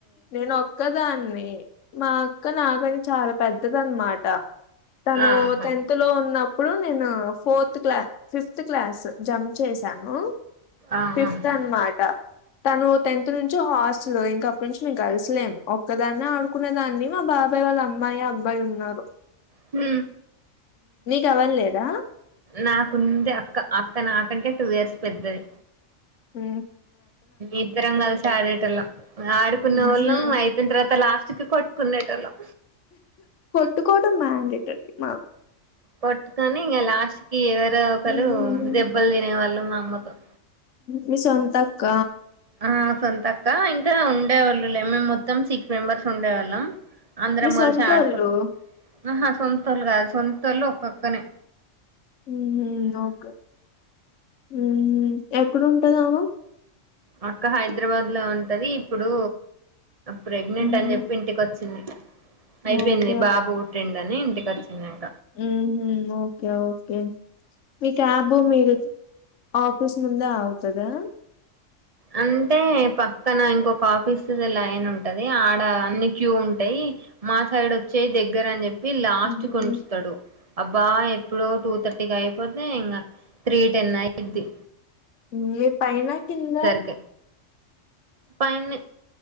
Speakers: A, on the left; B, on the right.
A: నేను ఒక్కదాన్ని మా అక్క నాకని చాలా పెద్దద అన్నమాట తను
B: ఆహా
A: టెన్త్ లో ఉన్న ఇప్పుడు నేను ఫోర్త్ క్లా ఫిఫ్త్ క్లాస్ జంప్ చేశాను
B: ఆహా
A: ఫిఫ్త్ అనమాట తను టెన్త్ నుంచి హాస్ సలో ఇంకా ఇప్పటి నుంచి మేకు కలిసులేము ఒక్కదాన్నే ఆడుకునే దాన్ని మా బాబాయ్ వాళ్ళ అమ్మాయి అబ్బాయి ఉన్నారు
B: హ
A: కావాల లేదా
B: నాకుంది అక్క అక్క నాకంటే టూ ఇయర్స్ పెద్దది
A: ఆ
B: ఇద్దరం కలిసి ఆడేట వాళ్ళం ఆడుకున్న
A: మ్హు
B: వాళ్ళం అయిపోయిన తర్వాత లాస్ట్ కి కొట్టుకునేటోళ్ళం
A: ట్టుకోవడం మాడేటంర్ మాకు
B: కొట్టుకొని ఇంకా లాస్ట్ కి ఎవరో ఒకరు
A: మ్
B: దెబ్బలు తినే వాళ్ళు మా మ్మతం
A: మీ సొంత అక్క
B: ఆ సొంతక్క ఇంకా ఉండేవాళ్ళులే మేము మొత్తం సిక్స్ మెంబర్స్ ఉండేవాళ్ళం అందరం
A: మీ సొంతోళ్ళు
B: కలిసి ఆడుకున్నాం ఆహా సొంతోళ్లు కాదు సొంతోళ్లు ఒొక్కనే
A: హు ఓకే హు ఎక్కడుంటదామే
B: అక్క హైదరాబాద్ లో ఉంటది ఇప్పుడు ప్రెగ్నెంట్
A: ఉహు
B: అని చెప్పి ఇంటికి వచ్చింది అయిపోయింది
A: ఓకే
B: బాబు పుట్టిండు అని ఇంటికి వచ్చ చిన్నా
A: మ్ హు ఓకే ఓకే మీ క్యాబు మీరు ఆఫీస్ ముందే అవుతదా
B: అంటే పక్కన ఇంకొక ఆఫీస్ది లయిన్ ఉంటది ఆడ అన్ని క్యూ ఉంటాయి మా సైడ్ వచ్చేయి దగ్గర అని చెప్పి పి లాస్ట్
A: ఉహు
B: కొంస్తస్తాడు అబ్ బా ఎప్పుడో టూ థర్టీకి అయిపోతే ఇంకా త్రీ టెన్ అయిద్ది
A: మీ పైన కింద
B: క పైన్నే